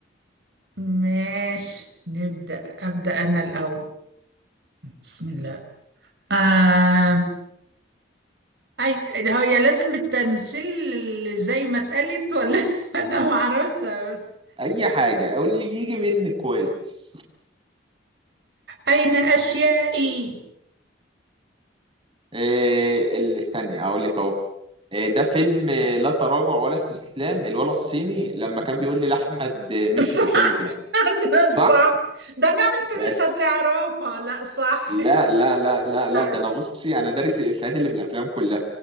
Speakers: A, on the right (about 60°); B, on the right (about 30°).
A: ماشي نبدا ابدا انا الاول بسم الله آه. اي هي لازم بالتمثيل زي ما اتقالت ولا <laughs> انا ما اعرفش بس
B: اي حاجة اقول اللي يجي منك كويس
A: اين اشيائي
B: إيه اللي استني اقول لك اهو إيه ده فيلم لا تراجع ولا استسلام الولا الصيني لما كان بيقول لي لاحمد مكي
A: صح
B: في الفيلم كده
A: <laughs> ده صح
B: صح
A: ده انا قلت
B: يس
A: مش هتعرفها لا صح
B: لا لا لا لا لا
A: <laughs>
B: ده انا بصي انا دارس الإفيهات اللي في الافلام كلها